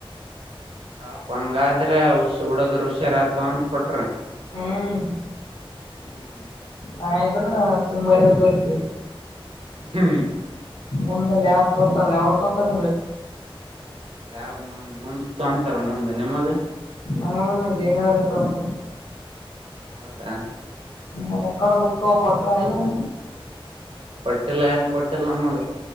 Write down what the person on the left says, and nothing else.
ಹ್ಮ್
ನಾ ಇದ್ರ ಸುಮ ಬರೆದೆ ಬರ್ತೀವಿ
ಮುಂದ ಲ್ಯಾ ಬ್ ತೋರ್ತಾರ ಯಾವಾಗ ತೋರ್ತಾರ
ಒಮ ಒಮ್ಮೆ ಜನಿವಾರ ತಿತಾರ್
ಹ ಅ ಎಕಡೆ ಬುಕ್ಕ ಕೊಟ್ರ ಎಲ್ಲ ನಿಗೆ